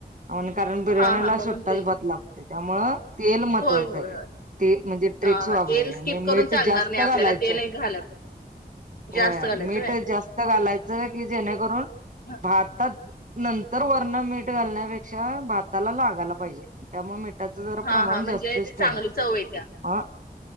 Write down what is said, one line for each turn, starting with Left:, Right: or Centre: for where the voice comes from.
Right: आणि कारण बिर्याणीला
Left: हां हां म्हणून
Right: सुट्टाच
Left: तेल
Right: भात लागतो. त्यांच्यामुळ तेल महत्त्वाचं
Left: होय होय
Right: आहे.
Left: होय.
Right: ते म्हणजे ट्रेक्स
Left: हां
Right: वापरायच
Left: हां तेल स्किप
Right: आणि
Left: करून
Right: मीठ
Left: चालणार
Right: जास्त
Left: नाही आपल्याला
Right: घालायचं.
Left: तेल एक घालत जास्त
Right: व्हय.
Left: घालायचं
Right: मीठ
Left: व्हय.
Right: जास्त घालायचं की जेणेकरून,
Left: हां
Right: भातात नंतर वरण मीठ घालण्यापेक्षा भाताला लागायला पाहिजे. त्यामुळे मीठाचं जरा
Left: हां
Right: प्रमाण
Left: हां. म्हणजे
Right: जास्तच
Left: ती चांगली
Right: ठेवायचं
Left: चव येत्या
Right: हा.